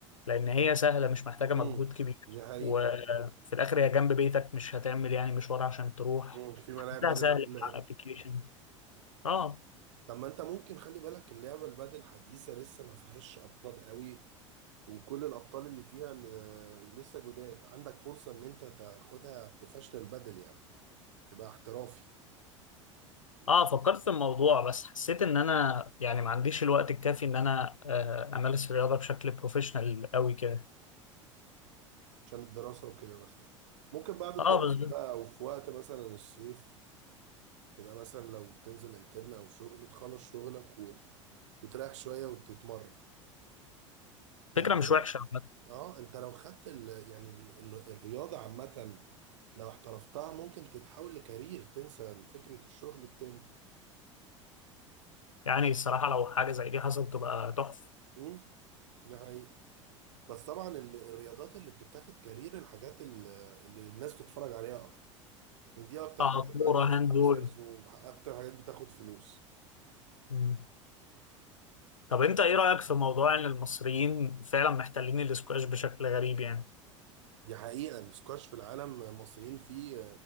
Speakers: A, on the left; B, on the right.
A: لان هي سهله مش محتاجه
B: امم
A: مجهود كبير
B: دي حقيقة
A: وفي الاخر هي جنب بيتك مش هتعمل يعني مشوار عشان تروح
B: امم في ملاعب
A: لا
B: بادل
A: سهل
B: في كل حتة
A: على الابلكيشن اه
B: طب ما انت ممكن خلي بالك اللعبة البادل حديثة لسه ما فيهاش ابطال قوي وكل الابطال اللي فيها ل- لسه جداد عندك فرصة ان انت تاخدها بروفيشنال بادل يعني تبقى احترافي
A: اه فكرت في الموضوع بس حسيت ان انا يعني ما عنديش الوقت الكافي ان انا آه، امارس الرياضه بشكل بروفيشنال قوي كده
B: عشان الدراسة وكده مثلا ممكن بعد الدراسة
A: اه بس
B: بقى أو في وقت مثلا الصيف تبقى مثلا لو بتنزل انترن أو شغل تخلص شغلك و... وتريح شوية وتتمرن يعني
A: فكره
B: بقول
A: مش وحشه
B: لك
A: عامه
B: اه انت لو خدت ال... يعني ال... ال... الرياضة عامة لو احترفتها ممكن تتحول لكارير تنسى فكرة الشغل التاني
A: يعني الصراحه لو حاجه زي دي حصلت تبقى تحفه
B: امم دي حقيقة بس طبعا ال... الرياضات اللي بتتاخد كارير الحاجات ال- اللي الناس بتتفرج عليها أكتر يعني دي أكتر
A: اه
B: حاجات
A: كوره
B: عليها سبونسرز
A: هاندبول
B: وأكتر حاجات بتاخد فلوس
A: مم. طب انت ايه رايك في موضوع ان المصريين فعلا محتلين الاسكواش بشكل غريب يعني
B: دي حقيقة الاسكواش في العالم مصريين فيه